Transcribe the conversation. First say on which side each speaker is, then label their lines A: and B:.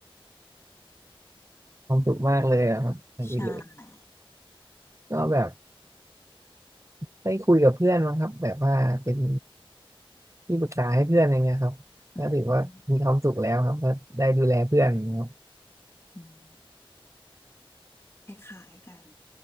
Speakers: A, on the right (about 30°); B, on the left (about 25°).
A: ความสุขมากเลยอะครับอันนี้เลย
B: ใช่
A: ก็แบบได้คุยกับเพื่อนมั้งครับแบบว่าเป็น ที่ปรึกษาให้เพื่อนอะไรเงี้ยครับก็ถือว่ามีความสุขแล้วครับก็ได้ดูแลเพื่อนอย่างเงี้ยครับ
B: อืมอืมคล้ายๆกัน